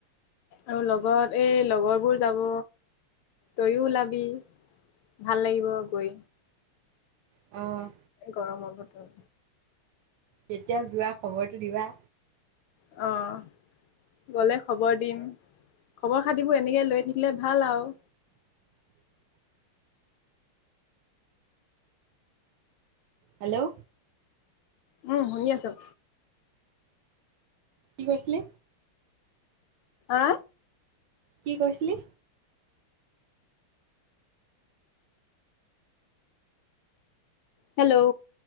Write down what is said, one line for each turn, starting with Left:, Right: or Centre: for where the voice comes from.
Left: আৰু লগত এই লগৰবোৰ যাব তয়ো ওলাবি। ভাল লাগিব গৈ।
Right: অঁ।
Left: গৰমৰ বতৰ।
Right: কেতিয়া যোৱা খবৰটো দিবা।
Left: অ'। গ'লে খবৰ দিম, খবৰ খাতিবোৰ এনেকে লৈ থাকিলে ভাল আৰু।
Right: হেল্ল'।
Left: উম শুনি আছোঁ।
Right: কি কৈছিলে?
Left: আ?
Right: কি কৈছিলি?
Left: হেল্ল'?